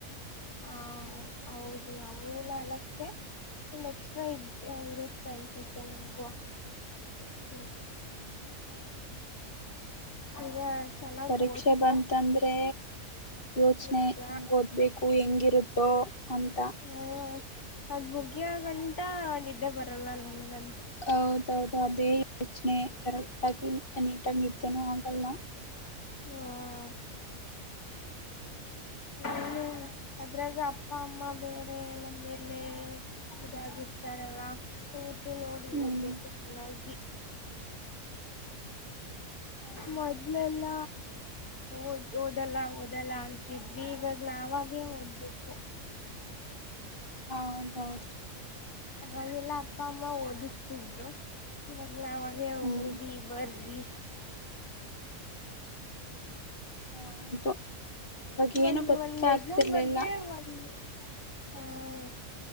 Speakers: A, on the left; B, on the left.
A: ಹಾಂ ಹೌದು ನಮ್ಗು ನಾಲಕ್ಕೆ ಒಂದ್ ಎಕ್ಸ್ಟ್ರಾ ಇದ್ ಇರು ತಂನ್ಸುತ್ತೆ ನಮ್ಗುವ ಗೊತ್ತಿಲ್ಲ.
B: ಹ್ಮ್.
A: <inaudible>
B: ಅಯ್ಯೋ
A: ಚೆನ್ನಾಗಿ
B: ಪರೀಕ್ಷೆ
A: ಓದ್ಕೊ
B: ಬಂತಂದ್ರೇ. ಯೋಚ್ನೆ
A: ನಿಜ
B: ಹೆಂಗ್ ಓದ್ಬೇಕು ಹೆಂಗಿರುತ್ತೋ ಅಂತ.
A: ಹ್ಮ್ ಅದ್ ಮುಗಿಯಗಂಟಾ ನಿದ್ದೆ ಬರಲ್ಲ ನನ್ಗಂತು.
B: ಹೌದೌದು ಅದೇ ಯೋಚ್ನೆ ಕರೆಕ್ಟ್ ಆಗಿ ನೀಟಗ್ ನಿದ್ದೇನು ಆಗಲ್ಲ.
A: ಹ್ಮ್. ಹ್ಮ್ ಅದ್ರಾಗ ಅಪ್ಪ ಅಮ್ಮ ಬೇರೆ ನಮ್ಮೇಲೆ ಇದಾಗಿರ್ ತರಲ್ಲ ಅವ್ರ್ದು ನೋಡಿ
B: ಹ್ಮ್
A: ಓದ್ಬೇಕು ಚೆನ್ನಾಗಿ.
B: ಹೌದೌದು
A: ಮೊದ್ಲೆಲ್ಲ ಓದ್ ಓದಲ್ಲ ಓದಲ್ಲ ಅಂ ಇದ್ವಿ ಇವಗ್ ನಾವಾಗೇ ಓದ್ಬೇಕು.
B: ಹೌದೌದು.
A: ಅವಾಗೆಲ್ಲ ಅಪ್ಪ ಅಮ್ಮ ಓದುಸ್ತಿದ್ರು ಇವಗ್ ನಾವಾಗೆ
B: ಹ್ಮ್
A: ಓದಿ ಬರ್ದಿ.
B: ಹೌದು. ಅವಾಗ ಏನು
A: ಒಂದ್
B: ಗೊತ್ತಾಗ್ತಿರ್ಲಿಲ್ಲ
A: ಒಂದ್ ಎಕ್ಸಾಮ್ ಬರ್ದ್ರೆ ಒಂದ್. ಹಾಂ